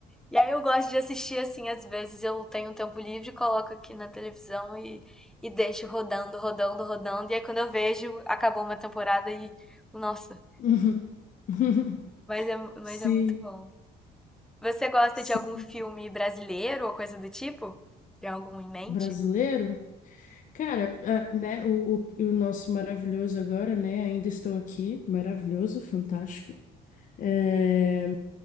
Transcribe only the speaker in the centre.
E aí eu gosto de assistir assim, às vezes eu tenho um tempo livre, coloco aqui na televisão e, e deixo rodando, rodando, rodando. E aí quando eu vejo, acabou uma temporada e. Nossa,
mas é, mas
é muito bom. Você gosta
de algum filme
brasileiro ou coisa do tipo? Tem algum em mente?